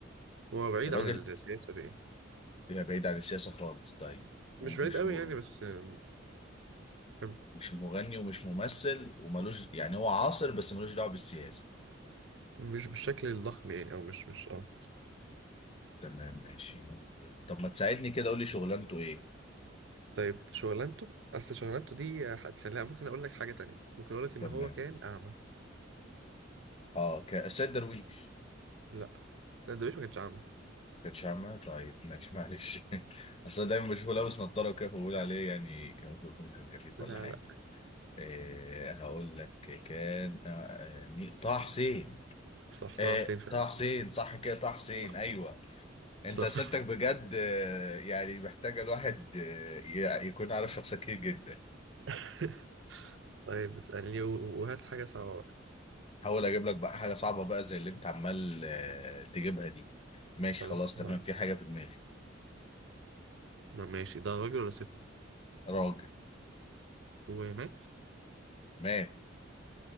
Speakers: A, on the right; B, on the left.
A: هو بعيد
B: الراجل
A: عن السياسة يعني
B: هي بعيد عن السياسة خالص طيب
A: مش
B: ومش
A: بعيد قوي
B: مغني
A: يعني بس آم، كم-
B: مش مغني ومش ممثل وملوش يعني هو عاصر بس ملوش دعوة بالسياسة
A: مش بالشكل الضخم يعني او مش مش اه
B: تمام ماشي طب ما تساعدني كده قول لي شغلانته ايه
A: طيب شغلانته اصل شغلانته دي هتخليها ممكن اقول لك حاجة تانية ممكن اقول لك ان
B: تمام
A: هو كان اعمى
B: اه ك... السيد درويش
A: لا لا دويش ما كانش اعمى
B: كانش عامة طيب ماشي معلش <laughs> اصل أنا دايما بشوفه لابس نضارة وكده فبقول عليه يعني كان ممكن يكون كان كفيف
A: لا
B: ولا حاجة
A: لا
B: إيه هقول لك كان آه آه، مين طه حسين
A: صح
B: إيه
A: طه حسين فعلا
B: طه حسين صح كده طه حسين
A: صح
B: ايوه انت
A: صح
B: اسئلتك بجد آه، يعني محتاجه الواحد آه، ي- يكون عارف شخصيات كتير جدا
A: <laughs> طيب اسألني و- وهات حاجة صعبة بقى
B: حاول اجيب لك بقى حاجه صعبه بقى زي اللي انت عمال آه، تجيبها دي ماشي
A: خلاص
B: خلاص
A: اتفقنا.
B: تمام في حاجه في دماغي
A: ماشي ده راجل ولا ست
B: راجل
A: ومات
B: مات